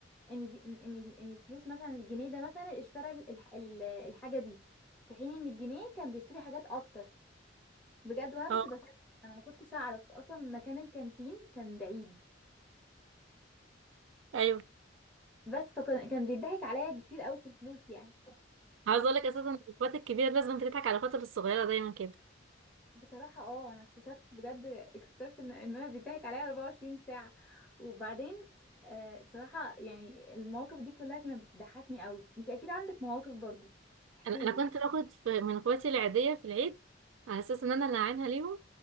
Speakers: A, in the centre; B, on the right (about 80°).
A: ان دي ان ان الفلوس مثلا الجنيه ده مثلا اشترى ال- الح- ال- الحاجة دي في حين ان الجنيه كان بيشتري حاجات اكتر بجد وانا كنت
B: اه
A: بسكت انا ما كنتش اعرف اصلا مكان الكانتين كان بعيد
B: ايوه
A: بس فكان كان بيضحك عليا كتير قوي في الفلوس يعني
B: عاوز اقول لك اساسا ان اخواتي الكبيره لازم بتضحك على اخواتي الصغيره دايما كده
A: بصراحة اه انا اكتشفت بجد اكتشفت ان ان انا بيضحك عليا 24 ساعة وبعدين آه بصراحة يعني المواقف دي كلها كانت بتضحكني قوي انت اكيد عندك مواقف برضو احكي
B: انا انا
A: لي
B: كنت باخد في من اخواتي العاديه في العيد على اساس ان انا اللي عينها ليهم